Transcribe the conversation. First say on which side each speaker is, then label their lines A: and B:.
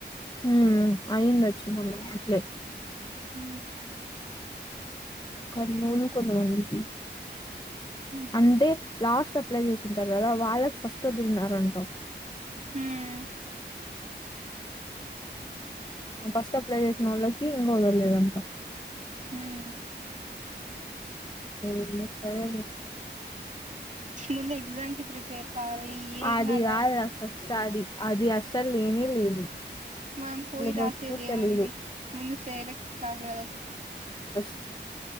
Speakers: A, on the left (about 25°); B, on the right (about 40°).
A: ఉ అయిండొచ్చ మన్న అట్లే
B: హ
A: కర్నూలు కొను మదికి
B: ఉమ్.
A: అంటే లాస్ట్ అప్లై చేసింటారు కదా వాళ్ళకి ఫస్ట్ వ తన్నారంటా
B: హ్మ్
A: ఫస్ట్ అప్లై చేసిన వాళ్ళకి ఇంకా వదలేదంట
B: హ
A: ఏ సరే
B: ముందు ఎగ్జామ్ కి ప్రిపేర్ కావాలి ఏ ఇం
A: అది
B: కాాల
A: కాదు ఫస్ట్ అది అది అస్సలు లేని లేదు
B: మనం పోయి
A: సిలబస్
B: రాసేది
A: కూడా
B: ఏముంది
A: తెలీదు
B: ముందు సెలెక్ట్ కాలదు కదా వ
A: ఫస్